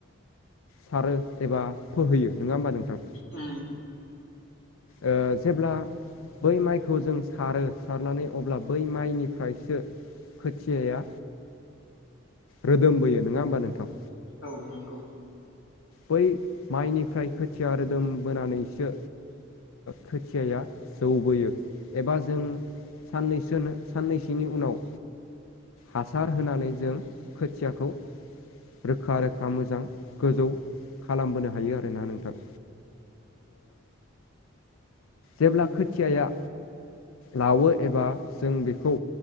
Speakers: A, on the left; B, on the left.
A: सारो एबा फोहैयो नङा होमबा नोंथां?
B: उ
A: ओ जेब्ला बै माइखौ जों सारो सारनानै अब्ला बै माइनिफ्रायसो खोथियाया रोदोमबोयो नङा होमबा नोंथां?
B: औ नंगौ।
A: बै माइनिफ्राय खोथिया खोथिया रोदोम बोनानैसो खोथियाया जौ बोयो। एबा जों साननैसोनो साननैसोनि उनाव हासार होनानै जों खोथियाखौ रोखा रोखा मोजां गोजौ खालामबोनो हायो आरोना नोंथां। जेब्ला खोथियाया लावो एबा जों बेखौ